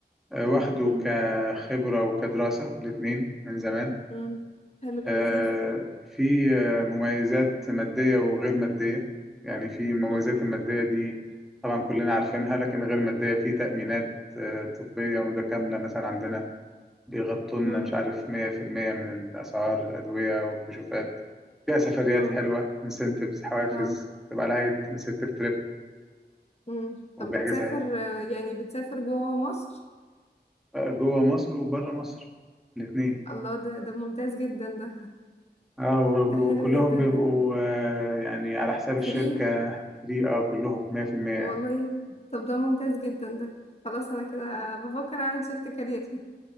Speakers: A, in the centre; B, on the left.
A: آه، واخده
B: امم
A: كخبرة وكدراسة الاتنين من زمان
B: امم حلو
A: آه،
B: لذيذ
A: في آه، مميزات مادية وغير مادية يعني في المميزات
B: امم
A: المادية دي طبعا كلنا عارفينها لكن غير مادية في تأمينات آه، طبية متكاملة مثلا عندنا بيغطوا لنا
B: امم
A: مش عارف 100% من الأسعار الأدوية والكشوفات فيها سفريات
B: امم
A: حلوة انسنتفز حوافز
B: اه
A: تبقى لها انسنتف تريب
B: امم
A: وبيحجزها
B: طب بتسافر آه، يعني بتسافر جوه مصر
A: آه، جوه مصر وبره مصر الاتنين
B: الله ده ده ممتاز جدا ده
A: اه و-
B: ده حلو
A: وكلهم
B: جدا
A: بيبقوا
B: ده
A: آه، يعني على حساب الشركة
B: فري
A: فري اه كلهم 100%
B: والله طب ده ممتاز جدا ده خلاص انا كده بفكر اعمل شيفت كارير